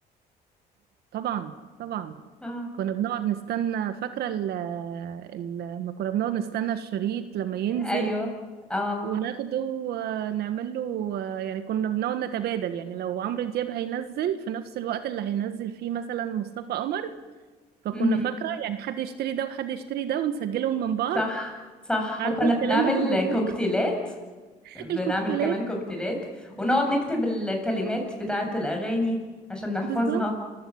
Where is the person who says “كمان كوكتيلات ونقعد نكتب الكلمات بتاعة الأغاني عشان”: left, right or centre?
Centre